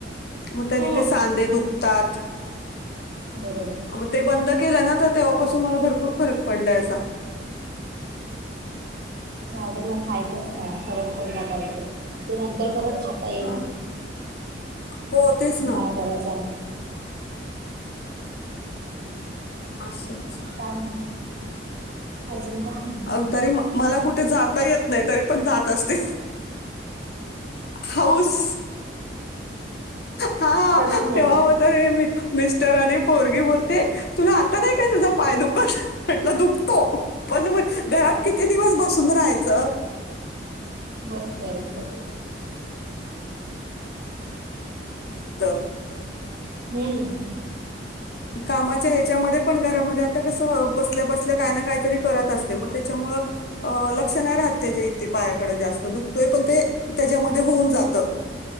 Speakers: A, on the left; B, on the right.
A: मग त्यानी
B: हो
A: ते सांदे दुख - तातत
B: बरोबर
A: मग ते बंद. केला ना तर तेव्हापासून मला भरपूर फरक पडला असा -
B: जाऊदे म खायचंच नाही. फरक पडला पाहिजे ते नंतर परत - आता येईल
A: हां. हो, तेच ना.
B: काय बरं चालत -
A: असच -
B: काय अजून काय म्हणते
A: आव
B: मग
A: तरी मला कुठ - कुठ जाता येत नाही तरी पण जात असते. हऊस, हाहा हाहा
B: करून
A: हा
B: घ्यायचे
A: तेव्हा हे तर मी मिस्टरानी पोरगी बोलते तुला आता नाही काय तुझा पाय दुखत म्हटलं दुख! तो पण घरात किती दिवस ब - बसून रहायचं!
B: बर बर हो
A: <unintelligible>
B: हम्म
A: कामाच्या ह्याच्यामध्ये पण घरामध्ये आता कस बसल्या बसल्या काय ना काहीतरी - करतअसते मग त्याच्यामुळे लक्ष नाही राहत त्या इथ पायाकडे जात दुखतोय पण ते त्याच्या होऊन. जातं